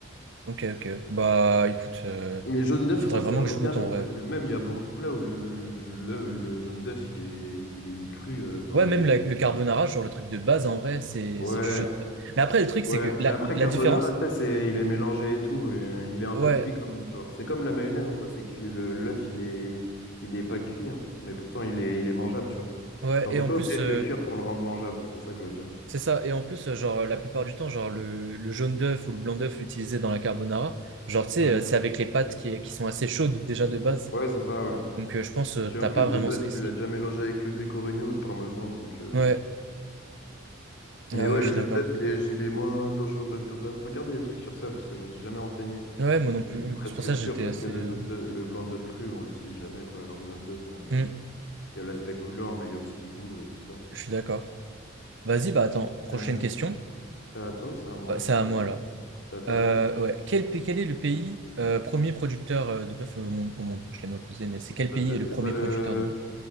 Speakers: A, on the right; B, on the left.
A: ok, ok. Bah écoute, euh,
B: Mais jaune d'œuf,
A: faudrait
B: je crois
A: vraiment
B: que ça a
A: que
B: aucun
A: je goûte
B: risque
A: en vrai.
B: parce que même il y a beaucoup de plats où le, le, le, le jaune d'œuf, il est, il est mis cru euh, dans
A: Ouais,
B: des.
A: même la- le carbonara, genre le truc de base, en vrai, c'est
B: Ouais.
A: c'est du jaune d'œuf. Mais après, le truc, c'est
B: Ouais,
A: que la,
B: mais après
A: la
B: carbonara,
A: différence...
B: tu sais, c'est, il est mélangé et tout, et, euh, il est un
A: Ouais,
B: peu cuit quand même, genre. C'est comme la mayonnaise en soi, c'est que le l'œuf, il est, il est pas cuit, hein. mais pourtant il est, il est mangeable, tu vois.
A: ouais.
B: Genre
A: Et
B: t'es
A: en
B: pas
A: plus...
B: obligé de
A: euh,
B: le cuire pour le rendre mangeable, c'est ça que je veux dire.
A: C'est ça. Et en plus, euh, genre, la plupart du temps, genre, le, le jaune d'œuf ou le blanc d'œuf utilisé dans la carbonara, genre, tu sais,
B: Ouais,
A: euh, c'est avec les pâtes qui, qui sont assez chaudes déjà de base.
B: ouais, c'est ça, ouais.
A: Donc, euh, je pense, euh,
B: Et tu
A: t'as
B: en plus
A: pas vraiment
B: de base,
A: ce risque.
B: tu l'as déjà mélangé avec le pecorino ou le parmesan, donc. euh,
A: Ouais,
B: Mais
A: Ah
B: ouais,
A: ouais, je
B: le
A: suis
B: Genève,
A: d'accord.
B: il est, il est moins dangereux. Bah, je devrais regarder des trucs sur ça parce que je ne me suis jamais renseigné.
A: Ouais, moi non
B: Mais
A: plus.
B: je suis presque
A: C'est pour ça que
B: sûr
A: j'étais
B: parce
A: assez.
B: que le
A: euh,
B: jaune d'œuf- le blanc d'œuf cru, on l'utilise jamais, quoi. Alors que le jaune d'œuf, euh, bah.
A: hmm,
B: Il y a l'aspect couleur, mais il y a aussi le goût, euh, tout ça.
A: je suis d'accord. Vas-y, bah attends, prochaine
B: Euh,
A: question.
B: c'est à toi ou c'est à moi?
A: Euh, C'est à moi
B: J'ai oublié.
A: là.
B: C'est à toi,
A: Euh,
B: ok.
A: ouais. Quel, pa- quel est le pays euh, premier producteur euh, de bœuf au monde, au monde Je l'ai mal posé, mais c'est quel
B: Ça
A: pays
B: te-
A: est le
B: C'est
A: premier
B: pas le...
A: producteur de bœuf?